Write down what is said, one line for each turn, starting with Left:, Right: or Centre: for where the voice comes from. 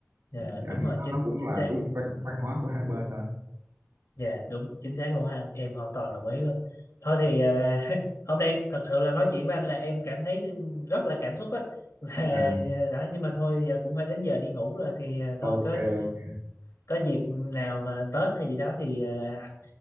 Left: dạ
Right: thì
Left: đúng
Right: anh nghĩ
Left: rồi
Right: nó,
Left: chính
Right: nó cũng
Left: chính
Right: là
Left: xác
Right: cái
Left: luôn
Right: văn, văn hóa của hai bên thôi
Left: Dạ đúng chính xác luôn ha anh em hoàn toàn đồng ý luôn thôi thì à, <laughs> hôm nay thật sự là nói chuyện với anh là em cảm thấy rất là cảm xúc á <laughs> và à,
Right: à,
Left: đó nhưng mà thôi giờ cũng phải đến giờ đi ngủ rồi thì à, thôi
Right: ok
Left: có
Right: ok.
Left: có dịp nào mà Tết hay gì đó thì à,